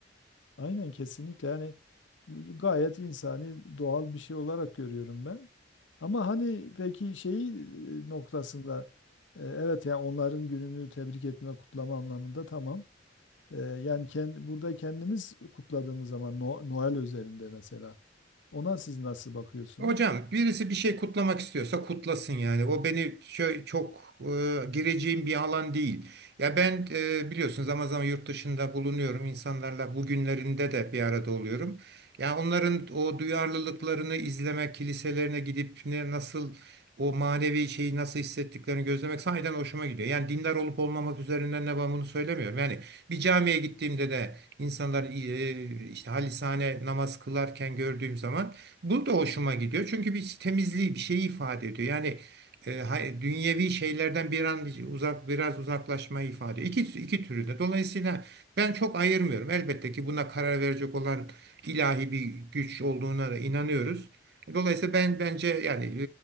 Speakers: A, on the left; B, on the right.
A: Aynen kesinlikle yani gayet insani doğal bir şey olarak görüyorum ben. Ama hani peki şeyi e, noktasında e, evet yani onların gününü tebrik etme kutlama anlamında tamam. E, Yani kendi, burada kendimiz kutladığımız zaman No- Noel özelinde mesela ona siz nasıl bakıyorsunuz?
B: Hocam birisi bir şey kutlamak istiyorsa kutlasın yani. O beni şö- çok e, gireceğim bir alan değil. Ya ben e, biliyorsunuz zaman zaman yurt dışında bulunuyorum. İnsanlarla bugünlerinde de bir arada oluyorum. Ya onların o duyarlılıklarını izlemek, kiliselerine gidip ne nasıl o manevi şeyi nasıl hissettiklerini gözlemek sahiden hoşuma gidiyor. Yani dindar olup olmamak üzerinden ne ben bunu söylemiyorum. Yani bir camiye gittiğimde de insanlar e, işte halisane namaz kılarken gördüğüm zaman bu da hoşuma gidiyor. Çünkü bir temizliği, bir şeyi ifade ediyor. Yani e, hay- dünyevi şeylerden bir an uzak, biraz uzaklaşmayı ifade ediyor. İki, iki türü de. Dolayısıyla ben çok ayırmıyorum. Elbette ki buna karar verecek olan ilahi bir güç olduğuna da inanıyoruz. Dolayısıyla ben bence yani